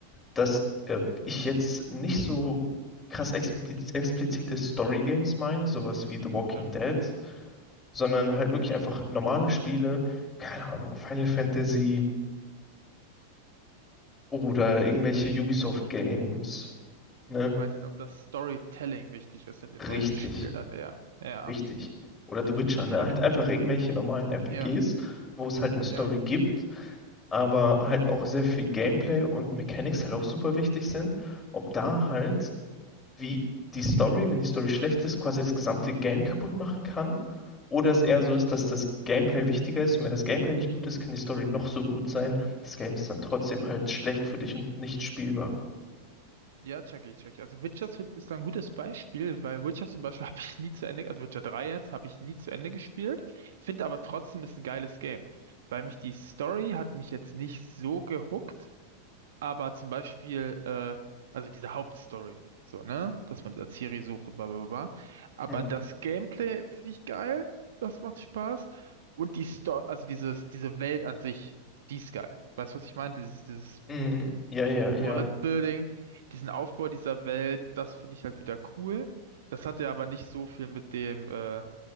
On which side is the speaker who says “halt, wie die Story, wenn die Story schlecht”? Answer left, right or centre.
Left